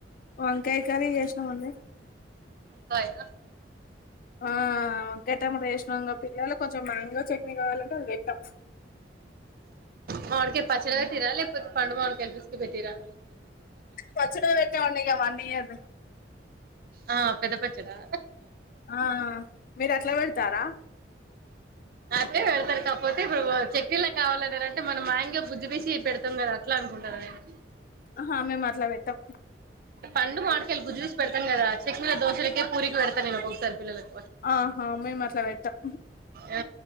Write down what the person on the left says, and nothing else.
వంకాయ్ కర్రీ చేసినాం అండి
ఆ ఒక గంటె మళ్ళ వేసినాం కాబట్టి పిల్లలు కొంచెం మ్యాంగో చట్నీ కావాలంటే అది పెట్టాం
పచ్చడే పెట్టామండి ఇక అవ్వన్నీ కాదు
ఆ మీరు అట్ల పెడతారా
ఆహా మేము అట్లా పెట్టాం
ఆహా మేము అట్ల పెట్టం